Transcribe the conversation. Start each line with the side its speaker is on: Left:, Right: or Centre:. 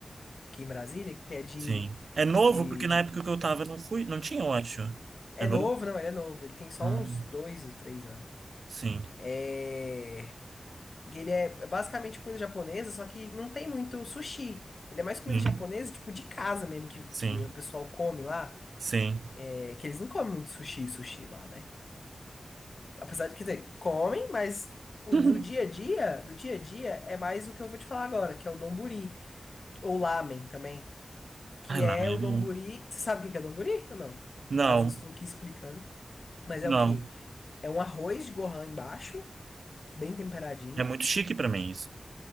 Left: aqui em Brasília, que é de,
Right: sim. É novo,
Left: de,
Right: porque
Left: de...
Right: na época que eu tava não fui, não tinha, eu acho.
Left: É
Right: É novo?
Left: novo, não, ele é novo. Ele tem só
Right: Hum,
Left: uns dois ou três anos.
Right: sim,
Left: É, ele é basicamente comida japonesa, só que não tem muito sushi. Ele é mais comida
Right: sim,
Left: japonesa, tipo, de casa mesmo, que,
Right: sim,
Left: que o pessoal come lá.
Right: sim.
Left: É que eles não comem muito sushi e sushi lá, né? Apesar de, quer dizer, comem, mas o
Right: <laughs>
Left: do dia a dia, do dia a dia, é mais o que eu vou te falar agora, que é o donburi, ou lamen também, que
Right: Ai lá,
Left: é
Right: meu
Left: o donburi.
Right: irmão.
Left: Você sabe o que que é donburi ou não?
Right: Não,
Left: Às vezes eu estou aqui explicando. Mas
Right: não.
Left: é o quê? É um arroz de gohan embaixo, bem temperadinho.
Right: É muito chique pra mim isso.